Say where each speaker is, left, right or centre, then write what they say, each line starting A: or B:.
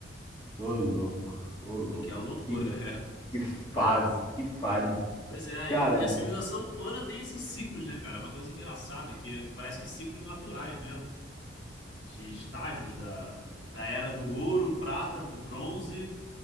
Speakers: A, on the left (about 25°); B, on the left (about 80°).
A: Ô, louco, ô, louco.
B: o que é uma loucura.
A: Que,
B: <laughs>
A: que fase, que fase.
B: Pois é,
A: Cara,
B: e a civilização humana tem esses ciclos, né, cara? É Uma coisa engraçada, que parecem ciclos naturais mesmo, de estágios da, da era do ouro, prata, do bronze